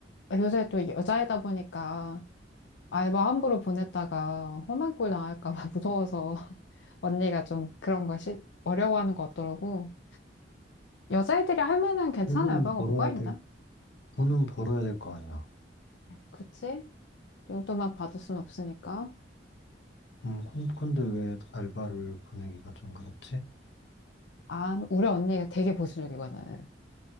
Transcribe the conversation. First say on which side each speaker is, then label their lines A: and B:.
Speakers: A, on the left (about 85°); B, on the left (about 70°).
A: 요새 또 여자이다 보니까 알바 함부로 보냈다가 험한 꼴 당할까 봐 <laughs> 무서워서 언니가 좀 그런 것이 어려워하는 것 같더라고. 여자애들이 할 만한 괜찮은
B: 돈은
A: 알바가
B: 벌어야
A: 뭐가 있나?
B: 될, 돈은 벌어야 될 거 아니야.
A: 그치? 용돈 막 받을 순 없으니까.
B: 음, 근- 근데 왜 알바를 보내기가 좀 그렇지?
A: 아, 우리 언니가 되게 보수적이거든.